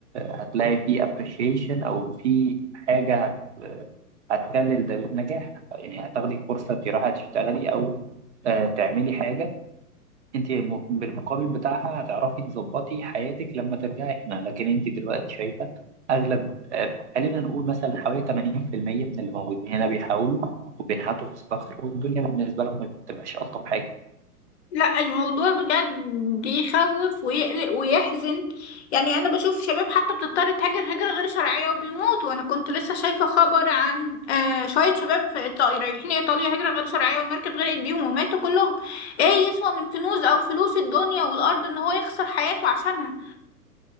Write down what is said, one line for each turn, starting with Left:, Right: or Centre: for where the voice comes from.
Right: هتلاقي فيه appreciation أو في حاجة هت... هتكلل ده بالنجاح يعني هتاخدي فرصة تروحي تشتغلي أو أه تعملي حاجة انت م- بالمقابل بتاعها هتعرفي تظبطي حياتك لما ترجعي هنا لكن انت دلوقتي شايفه اغلب آه، خلينا نقول مثلا حوالي 80% من اللي موجودين هنا بيحاولوا وبينحتوا في الصخر والدنيا بالنسبه لهم ما بتبقاش الطف حاجه
Left: لا الموضوع بجد يخوف ويقلق ويحزن يعني انا بشوف شباب حتى بتضطر تهاجر هجرة غير شرعية وبيموتوا انا كنت لسه شايفة خبر عن آه شوية شباب في إيطاليا رايحين ايطاليا هجرة غير شرعية والمركب غرقت بيهم وماتوا كلهم ايه يسوى من كنوز او فلوس الدنيا والارض ان هو يخسر حياته عشانها